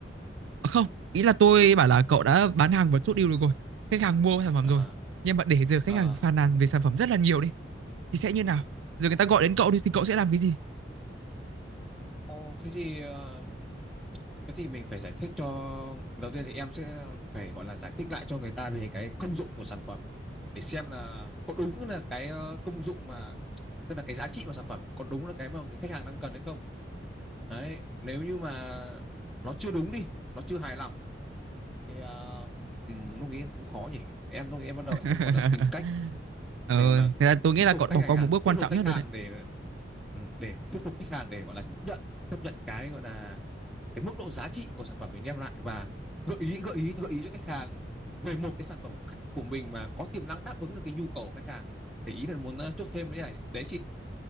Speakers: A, on the right; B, in the centre.
A: À, không ý là tôi bảo là cậu đã bán hàng và chốt deal được rồi khách hàng mua sản phẩm
B: à
A: rồi nhưng mà để giờ khách
B: à
A: hàng phàn nàn về sản phẩm rất là nhiều đi thì sẽ như nào giờ người ta gọi đến cậu đi thì cậu sẽ làm cái gì
B: ồ thế thì ờ, Thế thì mình phải giải thích cho đầu tiên thì em sẽ phải gọi là giải thích lại cho người ta về cái công dụng của sản phẩm để xem là có đúng là cái ờ, công dụng mà tức là cái giá trị mà sản phẩm có đúng là cái mà người khách hàng đang cần hay không. Đấy, nếu như mà nó chưa đúng đi, nó chưa hài lòng thì uh, lúc ấy cũng khó nhỉ. Em lúc ấy em bắt đầu
A: <laughs>
B: em gọi là tìm cách
A: ờ
B: để gọi là
A: thế là tôi nghĩ
B: thuyết
A: là
B: phục
A: cậu đã
B: khách
A: bỏ
B: hàng
A: qua
B: à?
A: một bước
B: thuyết
A: quan
B: phục
A: trọng
B: khách
A: nhất
B: hàng
A: rồi đấy
B: để ừ, để thuyết phục khách hàng để gọi là chấp nhận chấp nhận cái gọi là cái mức độ giá trị của sản phẩm mình đem lại và gợi ý gợi ý gợi ý cho khách hàng về một cái sản phẩm của mình mà có tiềm năng đáp ứng được cái nhu cầu của khách hàng để ý là muốn ờ, chốt thêm nữa này đấy chị